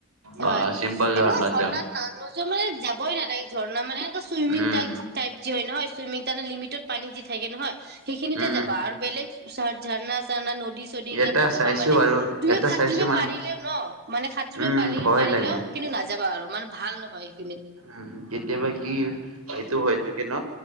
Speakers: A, on the right; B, on the right.
A: অ
B: হয়
A: চিম্পল
B: এনেকুৱা ঝৰ্ণাত
A: যাম
B: নানো যো মানে যাবই নালাগে ঝৰৰ্ণা মানে চুইমিং
A: উম।
B: টাইপ যি হয় নহয় চুইমিং তে লিমিটত পানী থাকে নহয় সেইখিনিতে
A: উম
B: যাবা
A: উম
B: আৰু বেলেগ পিছত ঝৰণা চৰণা নদী নদী চদি ইগিলাত
A: এটা
B: নাযাবা
A: চাইছো
B: মানে
A: বাৰু
B: তুমিও
A: এটা
B: সাঁতৰিবও
A: চাইছো মানে
B: পাৰিলেও ন মানে সাঁতৰিব
A: উম
B: তুমি
A: ভয়
B: পাৰিলেও
A: লাগে।
B: কিন্তু নাযাবা যাবা আৰু মানে ভাল নহয় যিখিনিত
A: উন কেতিয়াবা কি এইটো হৈ থাকে ন